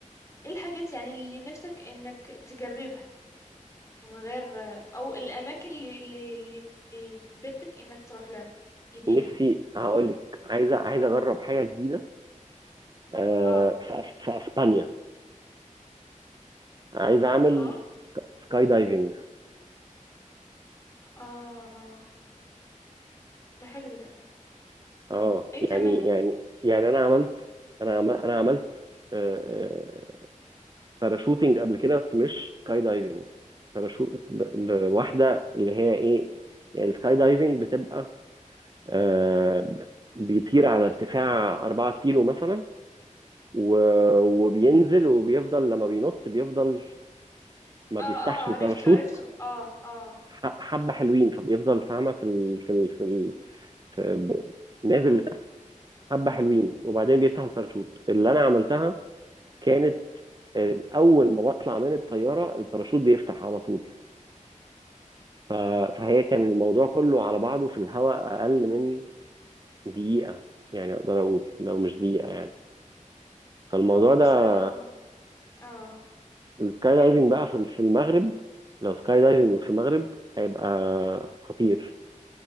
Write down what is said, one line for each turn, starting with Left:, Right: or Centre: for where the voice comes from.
Left: ايه الحاجات يعني اللي نفسك انك تجربها من غير او الاماكن اللي اللي اللي بدك انك تروح لها جديدة
Right: نفسي هقول لك عايز عايز اجرب حاجه جديده آه،
Left: اه
Right: في أس- في اسبانيا عايز اعمل
Left: اه
Right: سك- سكاي دايفنج
Left: اه آه. ده حلو ده
Right: اه
Left: ايه كمان
Right: يعني يعني يعني انا عملت انا عم- انا عملت آه، آه، باراشوتنج قبل كده بس مش سكاي دايفنج باراشوت ب- ب- واحده اللي هي ايه يعني السكاي دايفنج بتبقى آه، بيطير على ارتفاع 4 كيلو مثلا و- وبينزل وبيفضل لما بينط بيفضل ما
Left: اه
Right: بيفتحش
Left: اه
Right: الباراشوت
Left: عرفته عرفته اه اه
Right: ح- حبة حلوين فبيفضل فاهمة في ال... في ال... في, ال... في... ب- نازل لتحت حبة حلوين وبعدين بيفتح الباراشوت اللي أنا عملتها كانت آه، أول ما بطلع من الطيارة الباراشوت بيفتح على طول ف... فهي كان الموضوع كله على بعضه في الهواء أقل من دقيقة يعني أقدر أقول لو مش دقيقة يعني فالموضوع
Left: هو
Right: ده
Left: بصراحة اه
Right: السكاي دايفنج
Left: حلو
Right: بقى في في المغرب لو سكاي دايفنج في المغرب هيبقى خطير